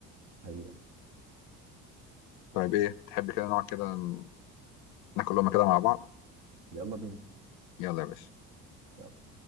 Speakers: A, on the right (about 50°); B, on the left (about 50°).
A: حقيقة
B: طيب ايه تحب كده نقعد كده ن- ناكل لقمه كده مع بعض
A: يلا بينا
B: يلا يا باشا
A: يلا.